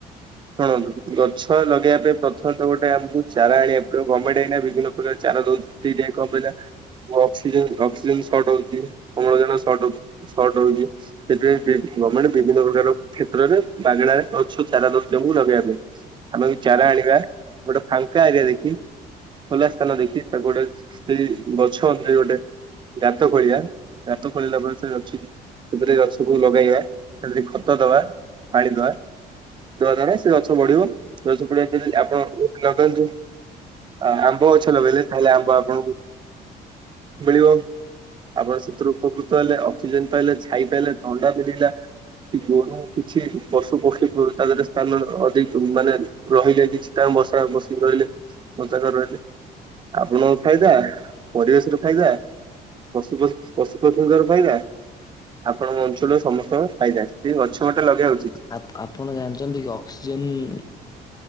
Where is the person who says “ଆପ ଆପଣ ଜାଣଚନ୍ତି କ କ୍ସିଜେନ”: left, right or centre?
Left